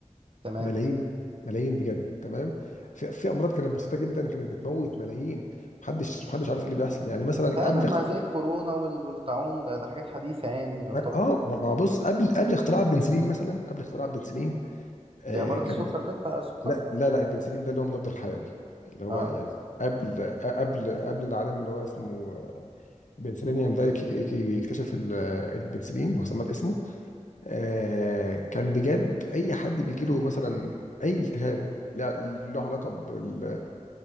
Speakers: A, on the right; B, on the left.
A: تمام
B: ملايين ملايين بجد تمام في, في امراض كانت بسيطه جدا كانت بتموت ملايين محدش محدش عارف ايه اللي بيحصل يعني مثلا
A: فعلا
B: قبل
A: مع
B: اخت-
A: زي الكورونا وال- والطاعون ده ده حاجات حديثة يعني يعتبر
B: اه ما ما بص قبل قبل اختراع البنسلين مثلا قبل اختراع البنسلين آه
A: ده مرض
B: كان
A: السكر ده بتاع السكر
B: لا لا لا البنسلين ده اللي هو مضاد الحيوي اللي هو
A: اه
B: يعني قبل قبل قبل العالم اللي هو اسمه بنسلينيوم ده يك- يك- يكتشف ال- البنسلين هو سماه باسمه آه كان بجد اي حد بيجيله مثلا اي التهاب لا له علاقه بال-